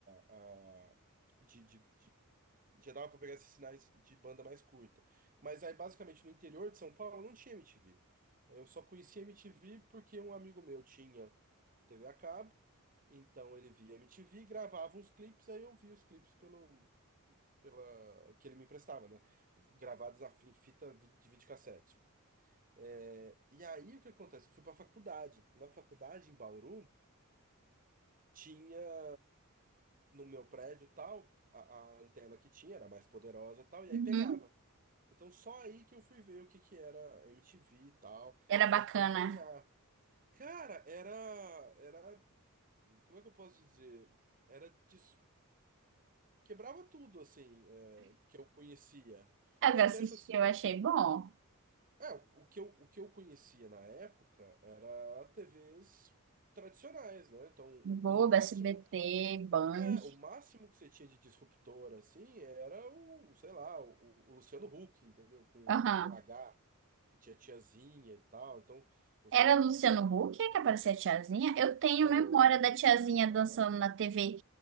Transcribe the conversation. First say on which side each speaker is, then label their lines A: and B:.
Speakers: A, on the right; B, on the right.
A: a, de, de, de- já dava para pegar esses sinais de banda mais curta. Mas aí basicamente no interior de São Paulo não tinha MTV. Eu só conhecia MTV porque um amigo meu tinha TV a cabo, então ele via MTV, gravava uns clipes, aí eu via os clipes pelo pela que ele me emprestava, né? Gravados a fi- em fita vi- de videocassete. É, e aí o que acontece? Eu fui para faculdade. Na faculdade, em Bauru, tinha no meu prédio e tal, a, a antena que tinha era mais poderosa e tal, e
B: Uhum.
A: aí pegava. Então só aí que eu fui ver o que que era MTV e tal,
B: Era bacana.
A: e acompanhar. Cara, era, era, como é que eu posso dizer? Era, dis- quebrava tudo, assim, é, que eu conhecia.
B: Ah,
A: É,
B: Eu
A: pensa
B: assisti,
A: assim.
B: eu achei bom.
A: É, o o que eu, o que eu conhecia na época era TVs tradicionais, né? Então, o,
B: Globo,
A: o máximo
B: SBT,
A: que,
B: Band.
A: é, o máximo que você tinha de disruptor, assim, era o, sei lá, o, o Luciano Huck, entendeu? Com,
B: Aham.
A: com H, que tinha tiazinha e tal. Então, você...
B: Era Luciano Huck é que aparecia a tiazinha? Eu tenho
A: É lógico,
B: memória da tiazinha
A: claro.
B: dançando na TV.